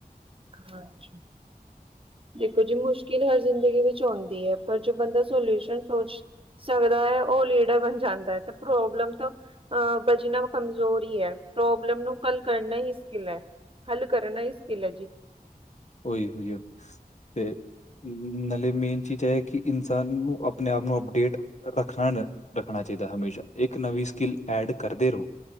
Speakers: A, on the right; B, on the left.
A: ਹਾਂਜੀ। ਦੇਖੋ ਜੀ, ਮੁਸ਼ਕਿਲ ਹਰ ਜ਼ਿੰਦਗੀ ਵਿੱਚ ਆਉਂਦੀ ਐ। ਪਰ ਜੋ ਬੰਦਾ ਸੋਲਿਊਸ਼ਨ ਸੋਚ ਸਕਦਾ ਐ। ਉਹ ਲੀਡਰ ਬਣ ਜਾਂਦਾ ਐ ਤੇ ਪ੍ਰੋਬਲਮ ਤੋਂ ਅ ਪਰ ਜਿਨਾਂ ਕੋ ਕਮਜ਼ੋਰੀ ਐ, ਪ੍ਰੋਬਲਮ ਨੂੰ ਹੱਲ ਕਰਨਾ ਹੀ ਸਕਿੱਲ ਐ ਹੱਲ ਕਰਨਾ ਈ ਸਕਿੱਲ ਐ ਜੀ।
B: ਹੋਈ-ਹੋਈ ਆ। ਤੇ ਨਾਲੇ ਮੇਨ ਚੀਜ਼ ਇਹ ਕਿ, ਇਨਸਾਨ ਨੂੰ ਆਪਣੇ-ਆਪ ਨੂੰ ਅਪਡੇਟ ਰੱਖ ਹਨ, ਰੱਖਣਾ ਚਾਹੀਦਾ ਹਮੇਸ਼ਾ। ਇੱਕ ਨਵੀਂ ਸਕਿੱਲ ਐਡ ਕਰਦੇ ਰਹੋ।